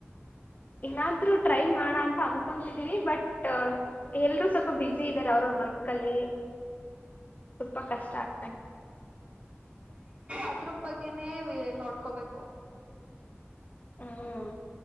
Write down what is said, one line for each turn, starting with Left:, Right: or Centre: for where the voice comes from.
Left: ಇನ್ನಾದ್ರರು ಟ್ರೈ ಮಾಡ ಅಂತ ಅಂತ ಕೊಂತಿದ್ದೀವಿ ಬಟ್ ಎಲ್ರೂ ಸ ಬಿಸಿ ಇದಾರೆ ಅವ್ರ ವರ್ಕ್ ಅಲ್ಲಿ ಸ್ವಲ್ಪ
Right: ಹ್ಮ್
Left: ಕಷ್ಟ ಆಗ್ತ
Right: ಅದ್ರ ಬಗ್ಗೆನೇ ನೋಡ್ಕೋಬೇಕು
Left: ಹ್ಮ್